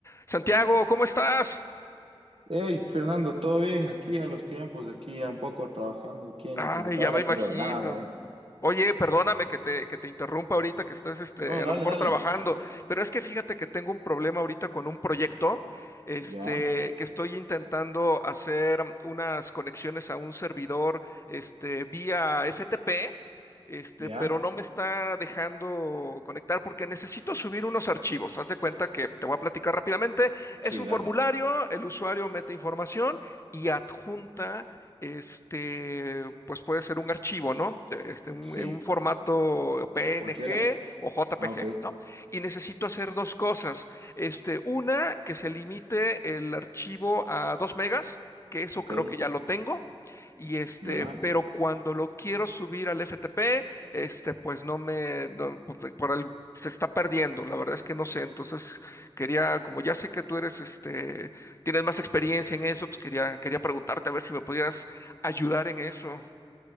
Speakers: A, on the left (about 30°); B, on the right (about 70°).
A: Santiago, ¿cómo estás?
B: Hey, Fernando, ¿todo bien? Aquí a los tiempos, aquí ya un poco trabajando aquí en
A: Ay,
B: la computadora,
A: ya me imagino.
B: pero nada, va, bien.
A: Oye, perdóname que te, que te interrumpa ahorita, que estás este,
B: No,
A: a
B: dale,
A: lo mejor
B: dale.
A: trabajando, pero es que fíjate que tengo un problema ahorita con un proyecto, este,
B: Ya,
A: que estoy intentando hacer unas conexiones a un servidor, este, vía FTP, este,
B: ya.
A: pero no me está dejando conectar porque necesito subir unos archivos. Haz de cuenta que te voy a platicar rápidamente. Es
B: Sí,
A: un
B: dale.
A: formulario, el usuario mete información y adjunta este, pues puede ser un archivo, ¿no? Este, un-
B: Sí.
A: en un formato PNG
B: Cualquiera.
A: o JPG,
B: Ah, ok,
A: ¿no? Y necesito hacer dos cosas. Este, una, que se limite el archivo a 2 megas, que eso
B: ok.
A: creo que ya lo tengo. Y este,
B: Ya.
A: pero cuando lo quiero subir al FTP, este, pues no me, no, por, por algo, se está perdiendo. La verdad es que no sé. Entonces quería, como ya sé que tú eres, este, tienes más experiencia en eso, pues quería, quería preguntarte a ver si me podías ayudar en eso.